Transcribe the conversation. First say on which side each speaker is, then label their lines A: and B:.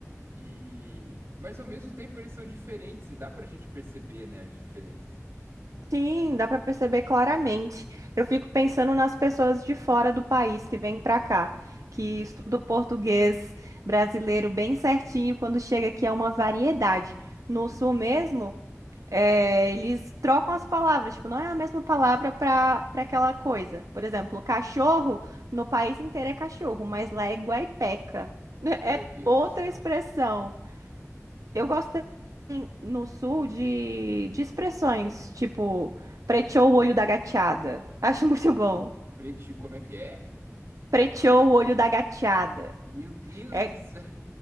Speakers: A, on the right; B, on the right.
A: E... Mas ao mesmo tempo eles são diferentes e dá pra gente perceber, né, as diferenças.
B: Sim, dá para perceber claramente. Eu fico pensando nas pessoas de fora do país que vêm para cá,
A: Uhum,
B: que estudam português brasileiro bem certinho, quando chega aqui é uma variedade. No
A: sim.
B: sul mesmo, eh, eles trocam as palavras, tipo, não é a mesma palavra para para aquela coisa. Por exemplo,
A: Uhum.
B: cachorro, no país inteiro é cachorro, mas lá é guaipeca. <laughs>
A: Meu
B: É
A: Deus
B: outra
A: do céu.
B: expressão. Eu gosto no sul de, de expressões, tipo, preteou o olho da gateada. <laughs> Acho
A: Pre-
B: muito bom.
A: Pretinho, como é que é?
B: Preteou o olho da gateada.
A: Meu Deus
B: É,
A: do céu.